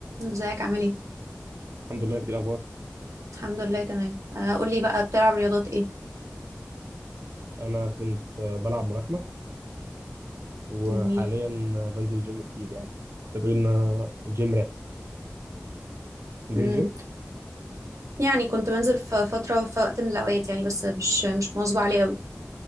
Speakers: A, on the right; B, on the right.
A: ازيك عامل ايه
B: الحمد لله انت إيه الاخبار
A: الحمد لله تمام آه، قولي بقى بتلعب رياضات ايه
B: انا كنت آه، بلعب ملاكمه وحاليا
A: جميل
B: آه، بنزل جيم كتير يعني تقدر ان انا جيم رات تنزلي
A: مم.
B: الجيم
A: يعني كنت بنزل في فترة في وقت من الأوقات يعني بس مش مش مواظبة عليه قوي